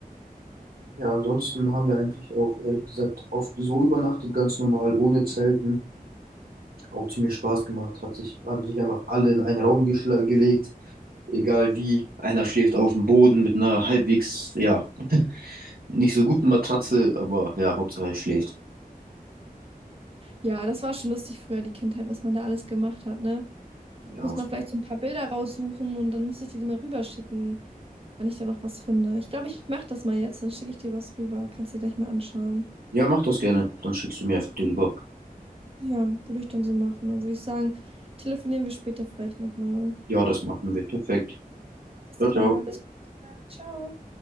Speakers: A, on the right; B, on the right.
A: Ja, ansonsten haben wir eigentlich auch, ehrlich gesagt, oft so übernachtet, ganz normal, ohne Zelten. Auch ziemlich Spaß gemacht, hat sich, haben sich einfach alle in einen Raum geschla- gelegt, Egal wie, einer schläft auf dem Boden mit einer halbwegs, ja, nicht so guten Matratze, aber ja, Hauptsache er schläft.
B: Ja, das war schon lustig früher, die Kindheit, was man da alles gemacht hat, ne?
A: Ja,
B: Ich muss
A: hoffentlich.
B: mal vielleicht so ein paar Bilder raussuchen und dann muss ich dir die mal rüberschicken, wenn ich da noch was finde. Ich glaube, ich mache das mal jetzt, dann schicke ich dir was rüber. Kannst dir gleich mal anschauen.
A: Ja, mach das gerne. Dann schickst du mir einfach die rüber.
B: Ja, würde ich dann so machen. Dann würde ich sagen, telefonieren wir später vielleicht nochmal.
A: Ja, das machen wir. Perfekt.
B: Alles
A: Ciao,
B: klar,
A: ciao.
B: bis dann, ciao.